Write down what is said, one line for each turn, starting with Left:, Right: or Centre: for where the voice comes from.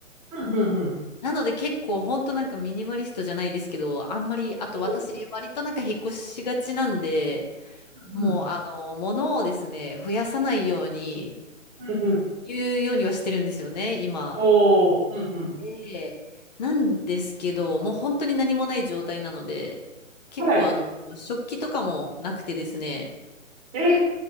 Right: うん、うん、うん。
Left: なので結構ほんとなんかミニマリストじゃないですけど、あんまり、あと私割となんか引っ越しがちなんで、
Right: おーうん、
Left: もう、あの、物をですね、増やさないように、
Right: うん、うん、うん。
Left: 言うようにはしてるんですよね、今。
Right: おー、うん、うん。
Left: で、なんですけど、もう本当に何もない状態なので、結構あの、
Right: はい。
Left: 食器とかもなくてですね、
Right: え、